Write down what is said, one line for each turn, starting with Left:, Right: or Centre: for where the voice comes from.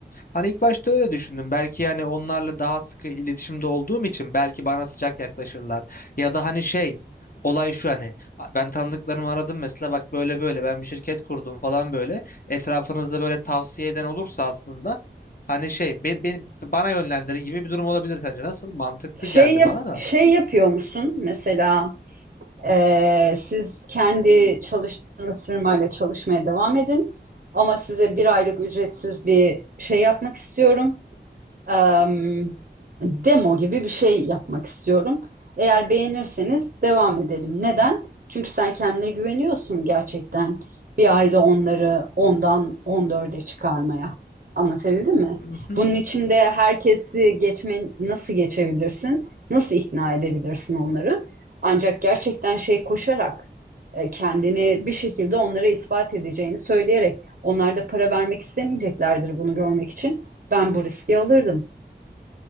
Left: Hani ilk başta öyle düşündüm. Belki yani onlarla daha sıkı iletişimde olduğum için belki bana sıcak yaklaşırlar. Ya da hani şey olay şu hani ben tanıdıklarımı aradım mesela bak böyle böyle ben bir şirket kurdum falan böyle. Etrafınızda böyle tavsiye eden olursa aslında hani şey be, beni- bana yönlendirin gibi bir durum olabilir sence nasıl? Mantıklı
Right: Şey
Left: geldi
Right: yap
Left: bana da.
Right: şey yapıyor musun mesela Ee, siz kendi çalıştığınız firmayla çalışmaya devam edin. Ama size bir aylık ücretsiz bir şey yapmak istiyorum em, demo gibi bir şey yapmak istiyorum. Eğer beğenirseniz devam edelim. Neden? Çünkü sen kendine güveniyorsun gerçekten. Bir ayda onları ondan on dörde çıkarmaya. Anlatabildim mi?
Left: <laughs>
Right: Bunun için de herkesi geçme nasıl geçebilirsin? Nasıl ikna edebilirsin onları? Ancak gerçekten şey koşarak e, kendini bir şekilde onlara ispat edeceğini söyleyerek onlar da para vermek istemeyeceklerdir bunu görmek için. Ben bu riski alırdım.